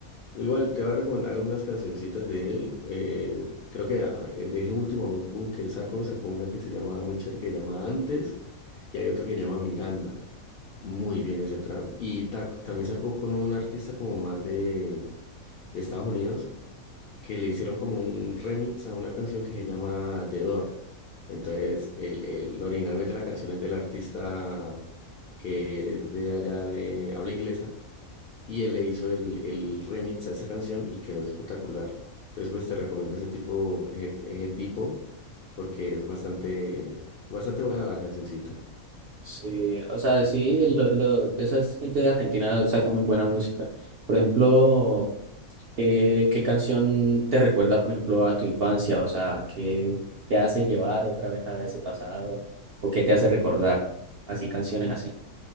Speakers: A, on the left; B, on the right.
A: Igual te voy a recomendar algunas cancioncitas de él. eh, creo que ah, eh, de ese último álbum que él sacó, sacó una que se llama muy chévere, que se llama Antes, y hay otra que se llama Miranda. Muy bien ese trap. Y ta- también sacó con un artista como más de, de Estados Unidos, que le hicieron como un remix a una canción que se llama The Door. Entonces, el, el, originalmente la canción es del artista que es de allá de habla inglesa y él le hizo el, el remix a esa canción y quedó espectacular. Entonces, pues te recomiendo ese tipo, ese, ese tipo, porque es bastante, bastante buena la cancioncita.
B: Sí, o sea, sí, lo, lo- esa es gente de Argentina saca muy buena música. Por ejemplo, ¿qué, qué canción te recuerda, por ejemplo, a tu infancia? O sea, ¿qué te hace llevar otra vez a ese pasado? ¿O qué te hace recordar? Así, canciones
A: Mm,
B: así.